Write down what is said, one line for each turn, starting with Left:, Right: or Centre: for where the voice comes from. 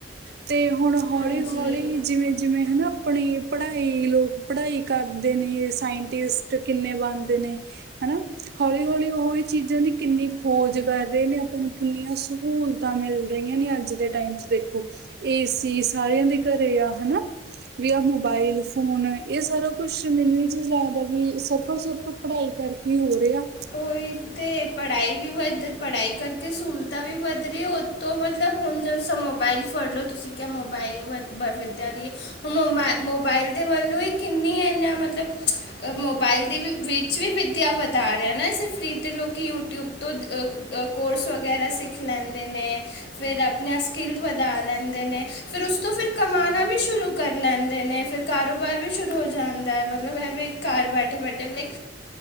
Right: ਤੇ ਹੁਣ ਹੌਲੀ-ਹੌਲੀ
Left: ਹਾਂਜੀ
Right: ਜਿਵੇਂ-ਜਿਵੇਂ ਹਨਾ ਆਪਣੀ ਪੜ੍ਹਾਈ ਲੋਕ ਪੜ੍ਹਾਈ ਕਰਦੇ ਨੇ ਸਾਇੰਟਿਸਟ ਕਿੰਨੇ ਬਣਦੇ ਨੇ। ਹਨਾ ਹੌਲੀ-ਹੌਲੀ ਉਹਹੀ ਚੀਜ਼ਾਂ ਦੀ ਕਿੰਨੀ ਖੋਜ਼ ਕਰ ਰਹੇ ਨੇ ਆਪਾਂ ਨੂੰ ਕਿੰਨੀਆਂ ਸਹੂਲਤਾਂ ਮਿਲ ਰਹੀਆਂ ਨੇ ਅੱਜ ਦੇ ਟਾਈਮ ਚ ਦੇਖੋ। ਏ ਸੀ ਸਾਰਿਆਂ ਦੇ ਘਰੇ ਆ ਹਨਾ। ਵੀ ਆਹ ਮੋਬਾਇਲ ਫੋਨ ਇਹ ਸਾਰਾ ਮੈਨੂੰ ਇਹ ਚੀਜ਼ ਲੱਗਦਾ ਵੀ ਸਫਰ-ਸਫਰ <unintelligible> ਪੜ੍ਹਾਈ ਕਰਕੇ ਹੋ ਰਿਆ।
Left: ਉਹੀ ਤੇ ਪੜ੍ਹਾਈ ਵੀ ਵੱਧ ਪੜ੍ਹਾਈ ਕਰਕੇ ਸਹੂਲਤਾਂ ਵੀ ਵੱਧ ਰਹੀ ਤ ਮਤਲਬ ਹੁਣ ਜ ਮੋਬਾਇਲ ਫੜ ਲਓ ਤੁਸੀਂ ਕਿਆ ਮੋਬਾਇਲ <unintelligible> ਵਿਦਿਆ ਲਈ ਹ ਮੋਬਾਇ ਮੋਬਾਇਲ ਦੇ ਵੱਲੋਂ ਹੀ ਕਿੰਨੀ ਇਨਾਂ ਮਤਲਬ ਮੋਬਾਇਲ ਦੇ ਵਿੱਚ ਵੀ ਵਿੱਦਿਆ ਵਧਾ ਨਾ ਇਸੇ ਫ੍ਰੀ ਤੇ ਲੋਕ ਯੂਟਿਊਬ ਤੋਂ ਅਹ ਕੋਰਸ ਵਗੈਰਾ ਸਿੱਖ ਲੈਂਦੇ ਨੇ। ਫੇਰ ਆਪਣੇ ਸਕਿੱਲ ਵਧਾ ਲੈਂਦੇ ਨੇ ਫਿਰ ਉਸ ਤੋਂ ਫਿਰ ਕਮਾਉਣਾ ਵੀ ਸ਼ੁਰੂ ਕਰ ਲੈਂਦੇ ਨੇ। ਫੇਰ ਕਾਰੋਬਾਰ ਵੀ ਸ਼ੁਰੂ ਹੋ ਜਾਂਦਾ ਹੈ ਮਤਲਬ ਇਹਵੇਂ ਘਰ ਬੈਠੇ-ਬੈਠੇ ਲਾਈਕ